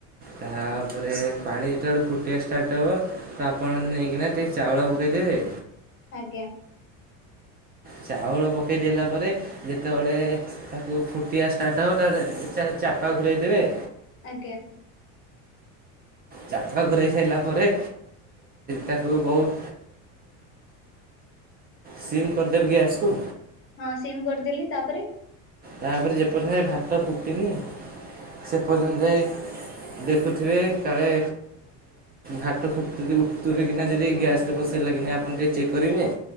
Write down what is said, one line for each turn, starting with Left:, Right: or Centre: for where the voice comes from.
Right: ତାପରେ ପାଣି ଯେତେବେଳେ ଫୁଟିବା ଷ୍ଟାଟ୍ ହବ ତ ଆପଣ ନେଇକିନା ଟିକେ ଚାଉଳ ପକେଇଦେବେ।
Left: ଆଜ୍ଞା।
Right: ଚାଉଳ ପକେଇଦେଲା ପରେ ଯେତବଳେ ତାକୁ ଫୁଟିବା ଷ୍ଟାଟ୍ ହବ ତାପରେ ଚା ଚାପା ଘରୋଇ ଦେବେ।
Left: ଆଜ୍ଞା।
Right: ଛାତ ଘୋରେଇ ସାରିଲା ପରେ ତାକୁ ବହୁତ ସିମ୍ କରିଦେବି ଗ୍ୟାସ କୁ।
Left: ହଁ ସିମ୍ କରିଦେଲି ତାପରେ।
Right: ତାପରେ ଯେପର୍ଯ୍ୟ ତ ଏ ଭାତ ଫୁଟିନି ଆଉ। ସେ ପର୍ଯ୍ୟନ୍ତ ଯାଏ ଦେଖୁଥିବେ। କାଳେ ଭାତ ଫୁଟୁ ଉତୁରୀ କିନା ଯଦି ଗ୍ୟାସ୍ ପସିଇ ଗଲା କିନା ଆପଣ ଟିକେ ଚେକ୍ କରିବେନି।